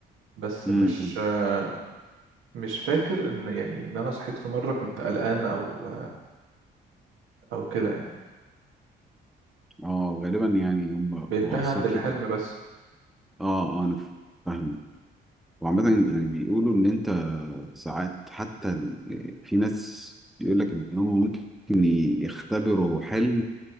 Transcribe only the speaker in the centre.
امم
اه غالبا يعني هم
هو اصلا
في ت...
اه اه انا فاهم وعامة يعني بيقولوا ان انت ساعات حتى في ناس بيقول لك انهم ممكن يختبروا حلم